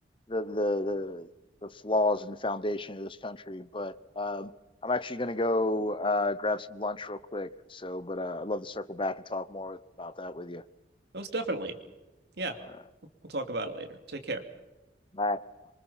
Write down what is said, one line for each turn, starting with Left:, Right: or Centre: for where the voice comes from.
Left: the the the, the flaws in the foundation of this country. But um, I'm actually going to go uh, grab some lunch real quick. So, but uh, I'd love to circle back and talk more about that with you.
Right: most definitely. Yeah,
Left: All right,
Right: we'll talk about it later. Take care.
Left: bye.